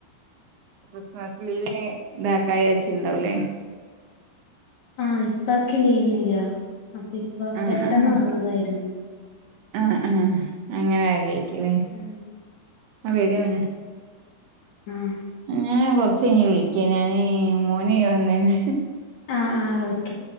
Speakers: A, on the right; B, on the left.
A: ക്രിസ്മസ് ലീവിന് ഇതാക്കാ ച്ചിണ്ടാവ് ലേ
B: ആഹ് ഇപ്പക്ക് ലീവ് ല്യ അപ്പൊ ഇപ്പ
A: ആഹ്
B: പെട്ടെന്ന്
A: ആഹ്
B: വന്നതായിരുന്നു.
A: അപ്പൊ ആഹ് ആഹ് അങ്ങനെ ആയ്ഗരിക്കില്ലേ
B: ഉം
A: അഹ് വേരാണ്.
B: ആഹ്
A: ഞാ കൊർച്ചയ്ഞ് വിളിക്ക ഞാന് മോന് വന്നേണ്.
B: ആഹ് ആഹ് ഓ